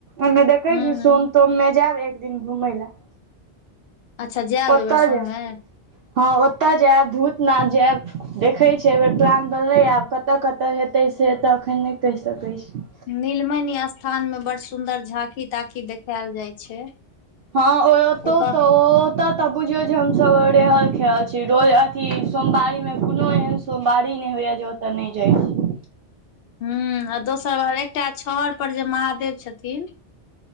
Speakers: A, on the right; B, on the left.
A: ओमे देखै
B: हूँ
A: छी, सोम तोममे जायब एक दिन घूमय लए।
B: अच्छा, जायब
A: ओतय
B: एहि बेर सोममे?
A: जायब हँ, ओतय जायब भूतनाथ जायब देखै छै, एहि बेर प्लान बनले आब। कतऽ कतऽ हेतै से तऽ अखन नहि कहि सकैत छै।
B: नीलमण स्थानमे बड़ सुंदर झांकी ताँखी देखायल जाइ छै।
A: हँ, ओ तौ
B: ओतऽ
A: तऽ त। ओतऽ बुझियौ जे हमसभ रहल-खेलल छी रोज अथी सोमवारीमे। कोनो एहन सोमवारी नहि होइया जे ओतय। तऽ नहि जाइ। छी
B: हू, आ दोसर एकटा छहर पर जे महादेव छथिन।